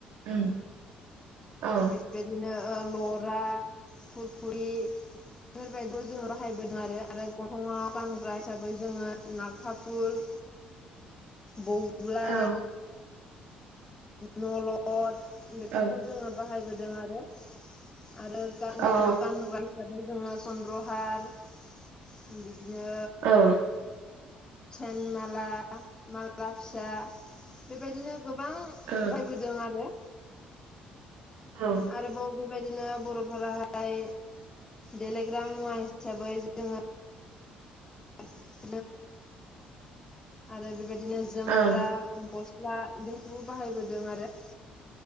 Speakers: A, on the right (about 80°); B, on the left (about 20°).
A: उम औ
B: बेबायदिनो ओ लरा फुरखुरि बेफोरबायबो जों बाहायबोदों आरो आरो ग -थङाव गानग्रा हिसाबै जोङो नाफा फुल बौ उला
A: औ
B: नलद बेफोरखौ
A: औ
B: जोङो बाहायबोदों आरो आरो गां गोदनायाव
A: औ
B: गानग्रा हिसाबै जोङो सन्द्रहार उम बिदिनो
A: औ
B: सेन माला माला फिसा बेबायदिनो गोबां उम
A: औ
B: बायबोदों आरो
A: औ।
B: आरोबाव बेबायदिनो बर'फोराहाय देलायग्रा मुवा हिसाबै जों - <unintelligible> आरो बेबायदिनो
A: औ
B: जोमग्रा गस्ला बेफोरखौबो बाहायबोदों आरो।